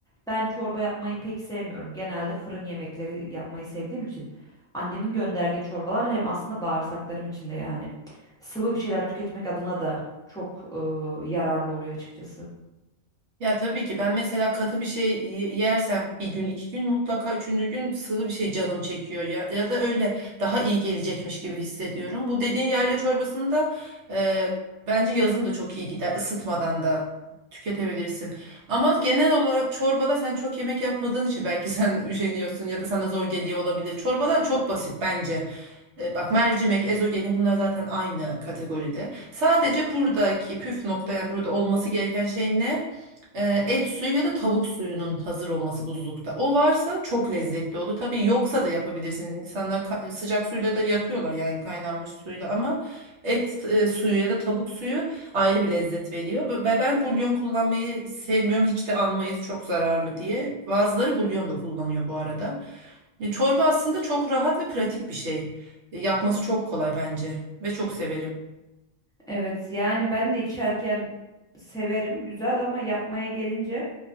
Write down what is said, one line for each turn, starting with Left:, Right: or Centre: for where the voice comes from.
Centre: ben çorba yapmayı pek sevmiyorum. Genelde fırın yemekleri yapmayı sevdiğim için annemin gönderdiği çorbalar hem aslında bağırsaklarım içinde yani sıvı bir şeyler tüketmek adına da çok e, yararlı oluyor açıkçası.
Right: Ya tabii ki ben mesela katı bir şey y- yersem bir gün iki gün mutlaka üçüncü gün sıvı bir şey canım çekiyor ya ya da öyle daha iyi gelecekmiş gibi hissediyorum. Bu dediğin yayla çorbasını da e, bence yazın da çok iyi gider ısıtmadan da tüketebilirsin. Ama genel olarak çorbada sen çok yemek yapmadığın için belki <laughs> sen üşeniyorsun ya da sana zor geliyor olabilir. Çorbalar çok basit bence. E, Bak mercimek, ezogelin bunlar zaten aynı kategoride. Sadece buradaki püf nokta yani burada olması gereken şey ne? E, Et suyu ya da tavuk suyunun hazır olması buzlukta. O varsa çok lezzetli olur. Tabii yoksa da yapabilirsin. İnsanlar ka- sıcak suyla da yapıyorlar yani kaynanmış suyla ama et e, suyu ya da tavuk suyu ayrı bir lezzet veriyor. Ve ben bulyon kullanmayı sevmiyorum. Hiç de almayız çok zararlı diye. Bazıları bulyon da kullanıyor bu arada. E, Çorba aslında çok rahat ve pratik bir şey. Yapması çok kolay bence ve çok severim.
Centre: Evet yani ben de içerken severim güzel ama yapmaya gelince